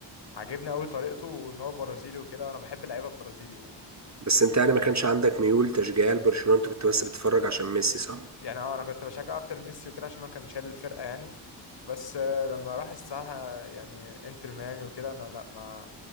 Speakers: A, on the left (about 60°); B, on the right (about 35°).
A: عاجبني قوي طريقته وان هو برازيلي وكده وانا بحب اللعيبه البرازيلي يعني
B: بس انت يعني ما كانش عندك ميول تشجيعيه لبرشلونه انت كنت بس بتتفرج عشان ميسي صح
A: يعني اه انا كنت بشجع اكتر ميسي وكده عشان هو كان شايل الفرقه يعني بس آه، لما راح الساحه يعني انتر ميامي وكده انا لا ما